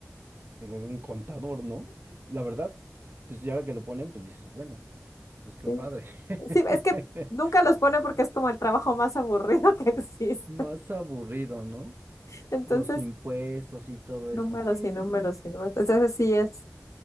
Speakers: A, on the right; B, on the left.
A: algo de un contador, ¿no? La verdad. Entonces, y ahora que lo ponen, pues dices, bueno, pues qué
B: sí,
A: padre. <laughs>
B: sí, es que nunca los pone porque es como el trabajo más aburrido <laughs> que existe,
A: Más aburrido, ¿no?
B: entonces
A: Los impuestos y todo
B: números
A: eso. Sí,
B: y
A: sí,
B: números
A: sí.
B: y números, entonces sí es.